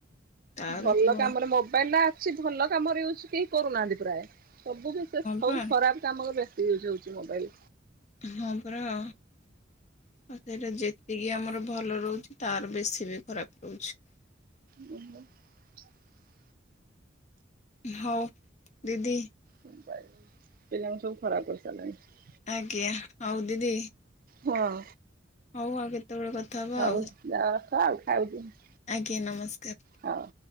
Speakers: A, on the left (about 40°); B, on the right (about 50°).
A: ତାର
B: ଭଲ
A: ତ ହଁ
B: କାମରେ ମୋବାଇଲ ଟା ଅଛି ଭଲ କାମରେ ୟୁଜ୍ କେହି କରୁନାହାନ୍ତି ପ୍ରାୟ। ଏବେ ବିଶେଷ ସବୁ
A: ପା
B: ଖରାପ କାମରେ ବେଶୀ ୟୁଜ୍ ହଉଛି ମୋବାଇଲ୍।
A: ହଁ ପରା। ଆଉ ସେଟା ଯେତିକି ଆମର ଭଲ ରହୁଛି, ତାର ବେଶୀ ବି ଖରାପ୍ ରହୁଛି।
B: <unintelligible>
A: ହଉ, ଦିଦି
B: ମୋବାଇଲ୍ ପିଲାମାନେ ସବୁ ଖରାପ କରିସାରିଲାଣି।
A: ଆଜ୍ଞା, ହଉ ଦିଦି
B: ହଁ।
A: ହଉ, ଆଉ କେତେବେଳେ କଥା ହବା
B: ହଉ
A: ଆଉ।
B: <unintelligible>
A: ଆଜ୍ଞା ନମସ୍କାର।
B: ହଉ।